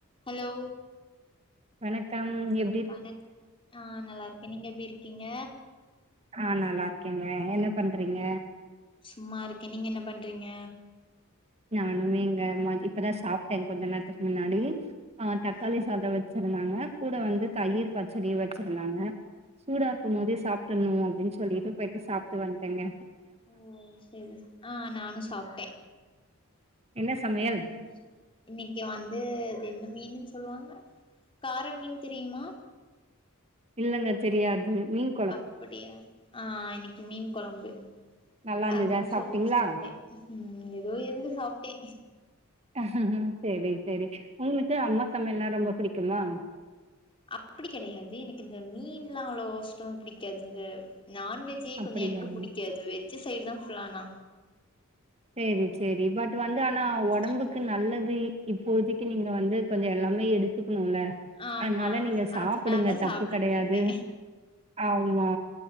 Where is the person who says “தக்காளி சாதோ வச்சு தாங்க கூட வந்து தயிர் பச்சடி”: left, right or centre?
Right